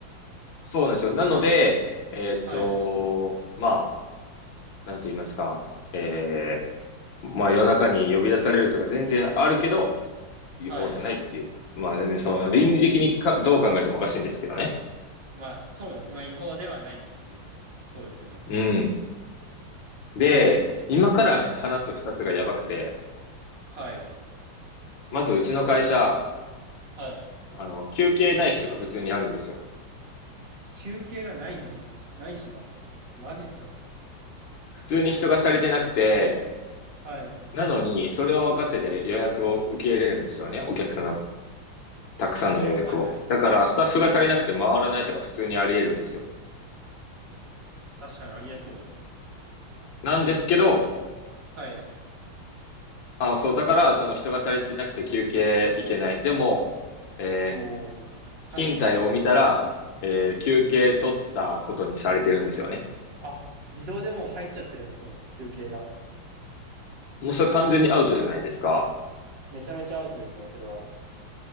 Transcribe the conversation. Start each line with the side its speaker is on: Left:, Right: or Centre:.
Left: そうなんですよ。なので、えーっと、
Right: はい、
Left: まあ、なんと言いますか、えー、まあ夜中に呼び出されるとか全然あるけど、違法じゃないっていう。
Right: はい。
Left: まあ全然その倫理的にか、
Right: ああ、
Left: どう考えてもおかしいんですけどね。
Right: まあそうですね。まあ違法ではないっていう。そうですね。
Left: うん。で、今から話す二つがやばくて、
Right: はい、はい、
Left: まずうちの会社、
Right: はい。
Left: あの、休憩ない日とか普通にあるんですよ。
Right: 休憩がないんですかない日が。マジっすか
Left: 普通に人が足りてなくて、
Right: はい。
Left: なのに、それを分かってで予約を受け入れるんですよね。お客さんのたくさんの予約を。
Right: ああ、はいはい。
Left: だから、スタッフが足りなくて回らないとか普通にあり得るんですよ。
Right: はい。確かにありえそうですね。
Left: なんですけど、
Right: はい。
Left: あ、そう、だから、その人が足りてなくて休憩いけない。でも、えー
Right: おお。はい。
Left: 勤怠を見たら、えー休憩取ったことにされてるんですよね。
Right: あ、自動でもう入っちゃってるんですね。休憩が。
Left: もうそれ完全にアウトじゃないですか。
Right: めちゃめちゃアウトですね、それは。